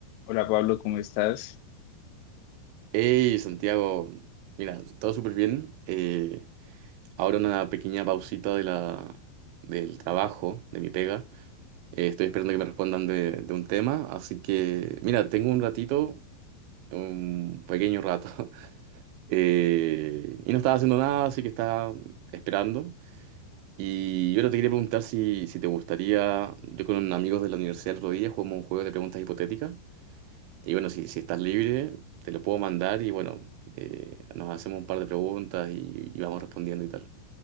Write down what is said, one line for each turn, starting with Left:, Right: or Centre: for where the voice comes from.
Left: Hola Pablo, ¿cómo estás?
Right: Hey, Santiago, mira, todo súper bien. Eh, ahora una pequeña pausita de la, del trabajo, de mi pega. Eh, estoy esperando que me respondan de, de un tema, así que, mira, tengo un ratito, un pequeño rato. <laughs> Eh, y no estaba haciendo nada, así que estaba esperando. Y yo te quería preguntar si, si te gustaría, yo con amigos de la universidad el otro día jugamos un juego de preguntas hipotéticas. Y bueno, si, si estás libre, te lo puedo mandar y bueno, eh, nos hacemos un par de preguntas y, y vamos respondiendo y tal.